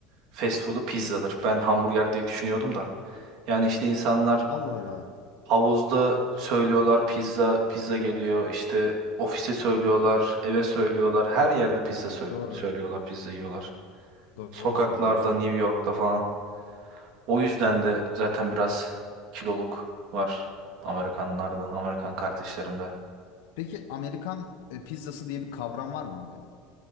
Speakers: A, on the right; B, on the left.
A: fast food'u pizzadır. Ben hamburger diye düşünüyordum da. Yani işte insanlar
B: Allah Allah.
A: havuzda söylüyorlar pizza, pizza geliyor. İşte ofise söylüyorlar, eve söylüyorlar. Her yerde pizza söy-
B: Doğru.
A: söylüyorlar, pizza yiyorlar.
B: Doğru
A: Sokaklarda,
B: söylüyorsun.
A: New York'ta falan. O yüzden de zaten biraz kiloluk var Amerikanlarda, Amerikan kardeşlerimde.
B: Peki Amerikan e, pizzası diye bir kavram var mı abi?